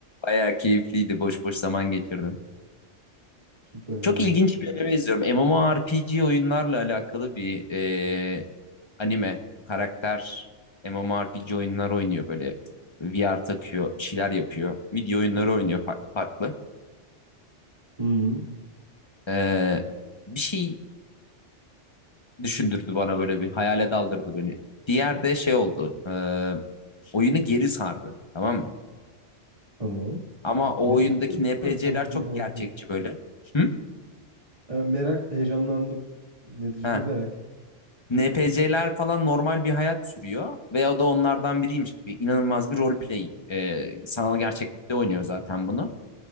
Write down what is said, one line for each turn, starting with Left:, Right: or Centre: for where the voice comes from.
Left: Bayağı keyifliydi boş boş zaman geçirdim.
Right: Süper
Left: Çok
Right: abi.
Left: ilginç bir anime izliyorum. MMORPG oyunlarla alakalı bir ee, anime karakter MMORPG oyunlar oynuyor böyle VR takıyor, bir şeyler yapıyor. Video oyunları oynuyor farklı farklı.
Right: Hı,
Left: Ee, bir şey düşündürdü bana böyle bir hayale daldırdı beni. Diğer de şey oldu. e, oyunu geri sardı. Tamam mı?
Right: tamam.
Left: Ama o
Right: Merak
Left: oyundaki
Right: ediyorum.
Left: NPC'ler
Right: sonucunda
Left: çok
Right: oldu.
Left: gerçekçi böyle. Hı?
Right: E, merak, heyecanlandım. Ne diyeceğini
Left: Ha.
Right: merak ettim.
Left: NPC'ler falan normal bir hayat sürüyor ve o da onlardan biriymiş gibi inanılmaz bir roleplay. E, sanal gerçeklikte oynuyor zaten bunu.